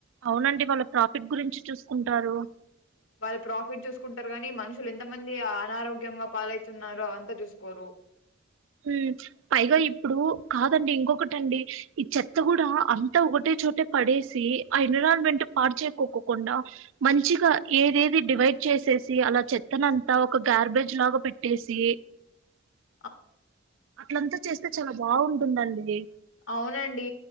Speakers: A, on the right; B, on the left.
A: అవునండి వాళ్ళ ప్రాఫిట్ గురించి చూసుకుంటారు.
B: వాళ్ళు ప్రాఫిట్ చూసుకుంటారు కానీ మనుషులు ఎంత మంది అనారోగ్యంగా పాలవుతున్నారో అదంతా చూసుకోరు. <inaudible>
A: ఉ పైగా ఇప్పుడు కాదండి ఇంకొకటండి ఈ చెత్త కూడా అంతా ఒటే చోటే పడేసి ఆ ఎన్విరాన్మెంట్ పాడుచేకోకుండా మంచిగా ఏదేది డివైడ్ చేసేసి అలా చెత్తనంతా ఒక గార్బేజ్ లాగా పెట్టేసి
B: <inaudible>
A: అట్లంతా చేస్తే చాలా బాగుంటుందండి
B: అవునండి